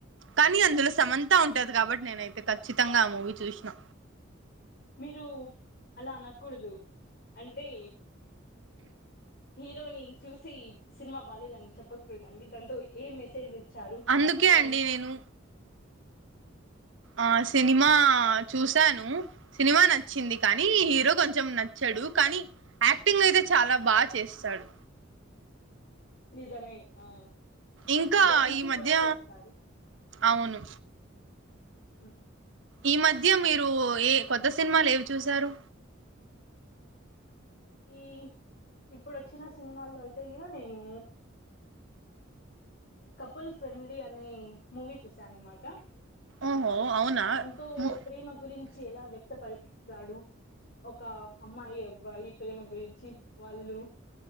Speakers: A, on the right (about 70°); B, on the left (about 50°).
A: కానీ అందులో సమంత ఉంటంది కాబట్టి నేనైతే ఖచ్చితంగా ఆ మూవీ చూసినా
B: మీరు అలా అనకూడదు అంటే హీరోని చూసి సినిమా బాలేదని చెప్పకూడదండి దాంతో ఏ మెసేజ్ చ్చారు
A: అందుకే
B: మనం
A: అండి నేను ఆ సినిమా చూసాను సినిమా నచ్చింది కానీ హీరో కొంచెం నచ్చ నచ్చాడు కానీ యాక్టింగ్ అయితే చాలా బాగా చేసేసాడు
B: నిజమే ఆ
A: ఇంకా
B: డ్యాన్స్
A: ఈ మధ్య
B: కూడా చేస్తారు
A: అవును
B: హ్మ్
A: ఈ మధ్య మీరు ఏ కొత్త సినిమాలు ఏవి చూశారు
B: ఈ ఇప్పుడు వచ్చిన సినిమాల్లో అయితే నేను కపుల్ ఫ్రెండ్లీ అనే మూవీ చూసా అన్నమాట
A: ఓహో అవునా
B: దాంతో
A: ము
B: ప్రేమ గురించి ఎలా వ్యక్తపరుస్తాడు ఒక అమ్మాయి అబ్బాయి ప్రేమ గురించి వాళ్ళు